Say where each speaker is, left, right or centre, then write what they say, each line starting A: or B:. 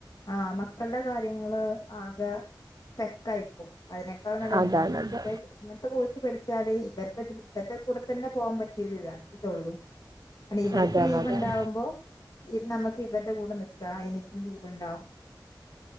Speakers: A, on the left; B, on the right.
A: ആഹ് മക്കളുടെ കാര്യങ്ങള് ആകെ സ്റ്റക്കായി പോവും. അതിനേക്കാൾ നല്ലത് എന്തെങ്കിലും
B: അതാണ്
A: ഇങ്ങനത്തെ
B: അതാണ്
A: ഇങ്ങനത്തെ കോഴ്സ് പഠി ച്ചാലേ ഇവരുടെ ഇവരുടെ കൂടെ തന്നെ പോകാൻ പറ്റിയത് ഇതാണ് ഇതുള്ളൂ. ഇവർക്ക്
B: അതാണ്
A: ലീവ്
B: അതാണ്
A: ഉണ്ടാവുമ്പോ ഇത് നമുക്ക് ഇവരുടെ കൂടെ നിക്കും. എനിക്കും ലീവണ്ടാവും